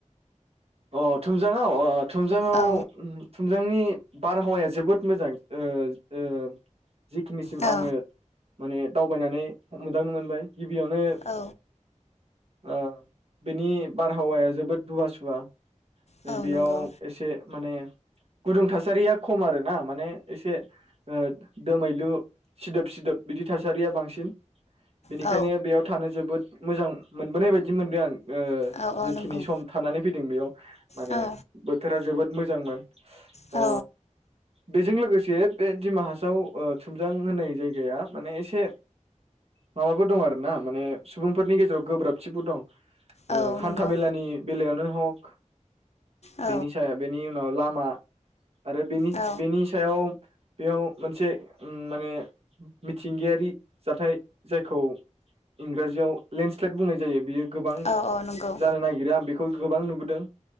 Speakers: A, on the right; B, on the left.
A: अ थुमजांआव अ थुमजाङाव
B: औ
A: जोंनि बारहावाया जोबोद मोजां ओ ओ जिखिनिसिम
B: औ
A: आङो माने दावबायनानै मोनदांनो मोनबाय गिबियावनो
B: औ
A: ओ बिनि बारहावाया जोबोद दुवा सुवा। नैबेयाव
B: औ नंगौ।
A: एसे माने गुदुं थासारिया खम आरो ना माने एसे ओ दोमैलु सिदोब सिदोब बिदि थासारिया बांसिन। बेनिखायनो
B: औ
A: बेयाव थानो जोबोद मोजां मोनबोनाय बायदि मोनदों आं ओ
B: औ औ
A: जिखिनि
B: नंगौ
A: सम थानानै फैदों बेयाव माने
B: औ
A: बोथोरा जोबोद मोजांमोन।
B: औ
A: ओ बेजों लोगो लोगोसे बे डिमाहासाव थुमजां होननाय जायगाया माने एसे माबफोर दङ आरो ना माने सुबुं फोरनि गेजेराव गोब्राबथिबो दं। ओ
B: औ
A: हान्था
B: नंगौ
A: मेलानि बेलायावनो हक
B: औ
A: बेनि साया बेनि लामा आरो बेनि
B: औ
A: बेनि सायाव बेयाव मोनसे उम माने मिथिंगायारि जाथाय जायखौ इंराजियाव लेन्डस्लेद बुंनाय जायो बियो गोबां
B: औ औ नंगौ
A: नागिरो आं बिखौ गोबां नुबोदों